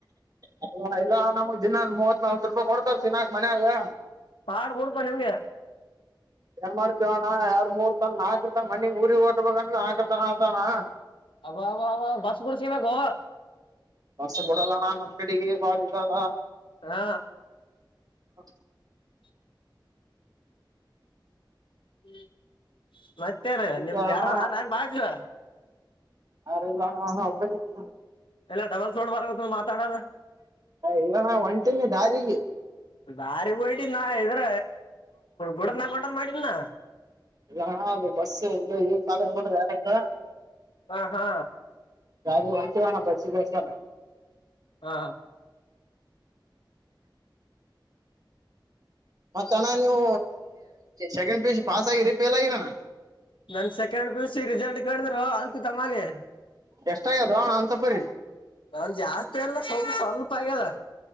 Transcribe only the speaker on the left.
ಪಾಡ್ ಬಿಡುಪ ನಿಮ್ಗೆ
ಅಬ್ ಬಾ ಬಾ ಅವ ಬಸ್ ಬಿಸ್ಬೇಕು
ಹಾ
ಹ್ಮ ಮತ್ತೇನ್
ನಿಮ್ದ
ಯಾರಾರ ಯಾರ ನನ್ ಬಾಜು
ಎಲ್ಲಾ ಡಬಲ್ಸ್ ಸೌಂಡ್ ಬರ್ತ್ತ ಮಾತಾಡದ
ದಾರಿಗೆ ಹೊಂಟಿ ಇದ್ರ ಗುಡ ನಗೊಂಡ್ ಮಾಡಿದನ
ಹಾ ಹಾ
ಹಾ
ನನ್ ಸೆಕೆಂಡ್ ಪಿ ಸಿ ರಿಸಲ್ಟ್ ಕೇಳಿದ್ರು ಅಲ್ತ್ ತಮ್ಮಾನಿ
ನನ್ ಜಾಸ್ತಿ ಎಲ್ಲ ಸ್ವಲ್ಪ ಸ್ವಲ್ಪ ಆಗ್ಯಲ್ಲ